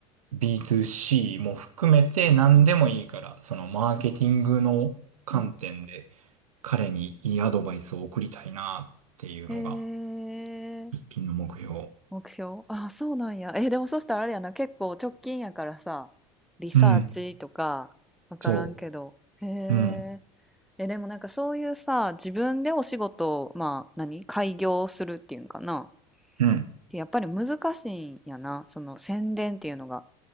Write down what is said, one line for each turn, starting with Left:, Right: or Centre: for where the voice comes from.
Right: B2C も含めて何でもいいから、
Centre: うん。
Right: そのマーケティングの観点で
Centre: うん。
Right: 彼にいいアドバイスを送りたいなっていうのが
Centre: へえ。
Right: 喫緊の目標。
Centre: 目標あ、そうなんや。え、でもそしたらあれやな、結構直近やからさ、リサーチとか、
Right: うん。
Centre: わからんけど。
Right: そ
Centre: へえ。
Right: う。うん。
Centre: え、でもなんかそういうさ、自分でお仕事を、まあ、何開業するっていうんかな。
Right: うん。
Centre: やっぱり難しいんやな、その宣伝っていうのが。